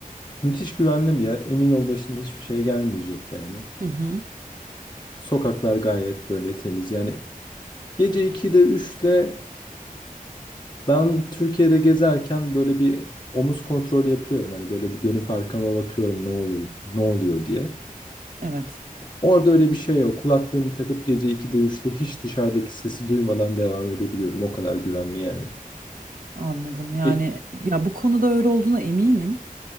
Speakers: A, on the left; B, on the right.
A: müthiş güvenli bir yer. Emin ol başına hiçbir şey gelmeyecek yani.
B: Hı hı.
A: Sokaklar gayet böyle temiz. Yani gece 2'de 3'te Ben Türkiye'de gezerken böyle bir omuz kontrolü yapıyorum. Hani böyle bir dönüp arkama bakıyorum ne olur, ne oluyor diye.
B: Evet
A: Orada öyle bir şey yok. Kulaklığımı takıp gece 2'de üçte hiç dışarıdaki sesi duymadan devam edebiliyordum. O kadar güvenli yani.
B: anladım. Yani
A: E,
B: ya bu konuda öyle olduğuna eminim.